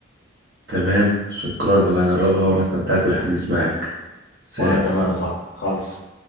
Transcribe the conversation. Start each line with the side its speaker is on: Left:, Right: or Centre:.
Right: تمام شكرا انا هجربها وانا استمتعت بالحديث معك سلام
Left: وانا كمان يا صاحبي خلص